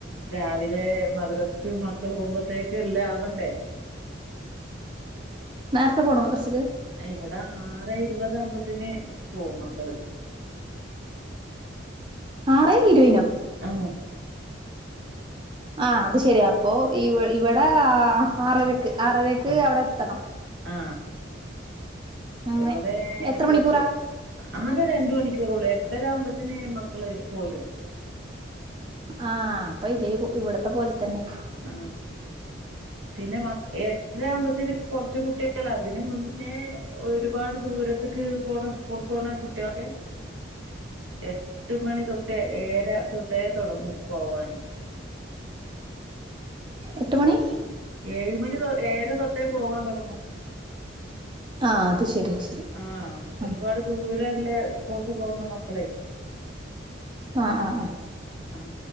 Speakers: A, on the right; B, on the right.
A: രാവിലെ മദ് ക്ക് മക്കള് പോവുമ്പത്തേക്ക് എല്ലാം ആവണ്ടേ
B: നേരത്തെ പോണോ മദ്രസ്ക്ക്
A: ഇവിടെ ആറെ ഇരുപതാവുമ്പത്തേന് പോവും മക്കള്
B: ആറേ ഇരു
A: ആ.
B: ആ് അത് ശരിയാ അപ്പൊ ഇവിടെഇവിടെ ആറരക്ക് ആറരക്ക് അവിടെ എത്തണം.
A: ആ
B: അങ്ങനെ
A: ഇവിടെ
B: എത്ര
A: പ്ലസ്
B: മണിക്കൂറാ
A: വ ആകെ രണ്ട മണിക്കൂറള്ള. ട്ടരാവുമ്പത്തന് മക്കള് പോരും.
B: ആ അപ്പൊ ഇതേ ഇവിടത്തെ പോലെ തന്നെ.
A: ആ പിന്നെ മ എട്ടരആകുമ്പത്തിനും കുറച്ച കുട്ടികൾ അതിന് മുന്നേ ഒരുപാട് ദി. ദൂരത്തക്ക് പോണ ഉസ്കൂൾക് പോണ കുട്ട്യേൾക്ക്. എട്ട് മണി തൊട്ടേ ഏഴ തൊട്ടേ തുടങ്ങൂ. പോവാന്.
B: എട്ട് മണി.
A: ഏഴ് മണി ഏഴര തൊട്ടേ പോകൻ തൊടങ്ങും.
B: ആ് അത് ശരി. ശരി
A: ആ ഒരുപാട്
B: ആഹ്
A: ദൂരല്ലേ ഉസ്കൂൾക്ക് പോകുന്ന മക്കളെ.
B: ആ ആ ആ
A: ആ